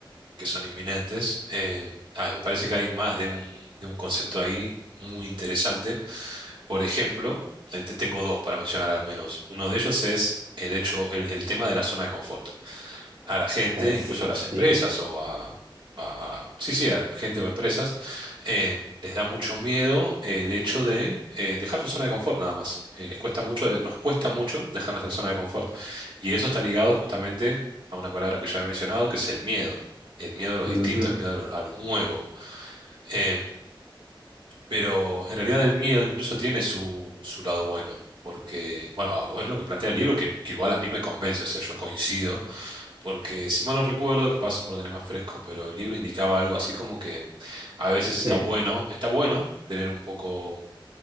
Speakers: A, on the right; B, on the right.
A: que son inminentes, em, ah, me parece que hay más de un, de un concepto ahí muy interesante. Por ejemplo, eh, te tengo dos para mencionar al menos. Uno de ellos es el hecho, el, el tema de la zona de confort a la gente,
B: Es,
A: incluso a las empresas
B: sí.
A: o a, a- sí, sí, a gente o empresas, eh, les da mucho miedo eh, el hecho de eh, dejar su zona de confort nada más. Eh, les cuesta mucho, de- nos cuesta mucho dejar nuestra zona de confort. Y eso está ligado justamente a una palabra que ya he mencionado, que es el miedo. El miedo a lo
B: ujú,
A: distinto, el miedo a lo, a lo nuevo. Em, pero en realidad el miedo incluso tiene su, su lado bueno, porque, bueno, o es lo que plantea el libro que, que igual a mí me convence, o sea, yo coincido, porque si mal no recuerdo, capaz por tener más fresco, pero el libro indicaba algo así como que a veces
B: Sí,
A: está bueno, está bueno tener un poco, un